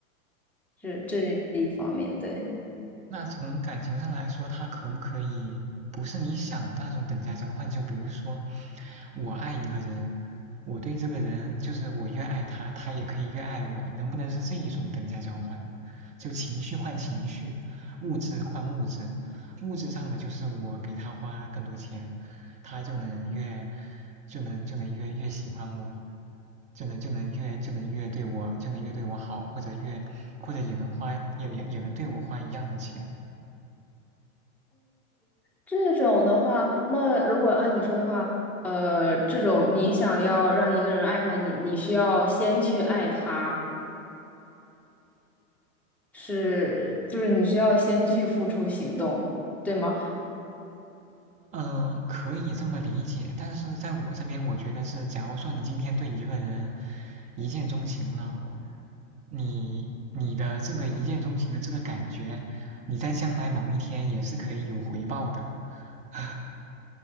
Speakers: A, in the centre; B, on the right.
A: 这这是一方面，对。
B: 那从感情上来说，他可不可以不是你想的那种等价交换？就比如说，我爱一个人，我对这个人就是我越爱他，他也可以越爱我，能不能是这一种等价交换？就情绪换情绪，物质换物质，物质上的就是我给他花更多钱，他就能越就能就能越越喜欢我。就能就能越就能越对我就能越对我好，或者越或者也能花也能也能对我花一样的钱。
A: 这种的话，那如果按你说的话，呃，这种你想要让一个人爱上你，你需要先去爱他，是，就是你需要先去付出行动，对吗？
B: 嗯，可以这么理解，但是在我这边，我觉得是，假如说你今天对一个人一见钟情了，你你的这个一见钟情的这个感觉，你在将来某一天也是可以有回报的，<laughs>